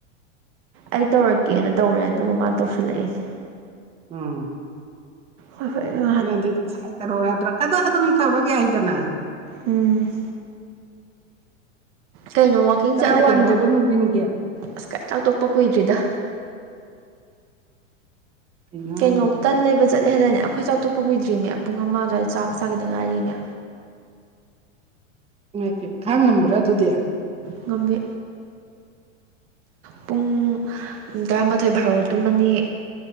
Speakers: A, on the right (about 35°); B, on the right (about 15°).
A: ꯑꯩ ꯇꯧꯔꯛꯀꯦꯅ ꯇꯧꯔꯦ ꯑꯗꯨꯒ ꯃꯥꯅ ꯇꯧꯁꯜꯂꯛꯏꯅꯦ
B: ꯎꯝ
A: ꯍꯣꯏ‌‌‌‌‌‌‌ꯍꯣꯏ‌‌‌‌‌‌‌‌ꯑꯥ
B: ꯅꯪꯗꯤ ꯉꯁꯥꯏ ꯇꯧꯔꯣꯑꯣ ꯌꯥꯗ꯭ꯔꯣ ꯑꯗꯨꯗ ꯑꯗꯨꯝ ꯇꯧꯔꯛ ꯌꯥꯏꯗꯅ
A: ꯎꯝ ꯀꯩꯅꯣ ꯋꯥꯀꯤꯡ
B: ꯆꯔꯥ
A: ꯆꯠꯂ
B: ꯋꯥꯟꯗ꯭ꯔꯤꯕꯣ
A: ꯀꯩꯅꯣ
B: ꯅꯨꯡꯊꯤꯟꯒꯤ
A: ꯑꯁ ꯆꯥꯛ ꯇꯣꯛꯄ ꯀꯨꯏꯗ꯭ꯔꯤꯗ
B: ꯀꯩꯅꯣ
A: ꯀꯩꯅꯣꯛ‌‌‌‌
B: ꯍꯥꯏꯁꯤꯕꯣ
A: ꯇꯟ ꯂꯩꯕ ꯆꯠꯂꯦ ꯍꯥꯏꯅꯅꯦ ꯑꯩꯈꯣꯏ ꯆꯥꯎꯊꯣꯛꯄ ꯀꯨꯏꯗ꯭ꯔꯤꯃꯦ ꯄꯨꯡ ꯑꯃ ꯑꯗꯨꯋꯥꯏꯗ ꯆꯥꯛ ꯆꯥꯈꯤꯗ ꯉꯥꯏꯔꯤꯅꯦ
B: ꯏꯃꯥꯏꯄꯦꯝꯃꯥ ꯈꯥꯡꯉꯝꯕ꯭ꯔꯥ ꯑꯗꯨꯗꯤ
A: ꯉꯝꯃꯦ ꯄꯨꯡ ꯇꯔꯥꯃꯥꯊꯣꯏ ꯚꯥꯔꯣꯗ ꯇꯨꯝꯃꯅꯤ